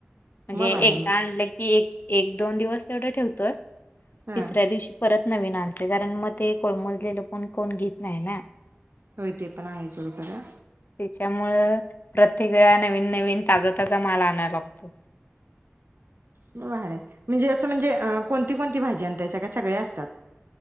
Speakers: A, on the left; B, on the right.
A: म्हणजे
B: मग भारी
A: एकदा
B: आहे
A: आणलय की एक एक दोन दिवस तेवढं ठेवतोय.
B: हं
A: तिसऱ्या दिवशी परत नवीन आणते कारण मग ते कोळमज लं पण कोण घीत नाय ना
B: होय ते पण आहे सोड खरं
A: त्याच्यामुळं प्रत्येक वेळा नवीन, नवीन ताजा, ताजा माल आणायला लागतो.
B: मग भारी हाय. म्हणजे असं म्हणजे अ कोणती, कोणती भाजी आणताय? का सगळे असतात?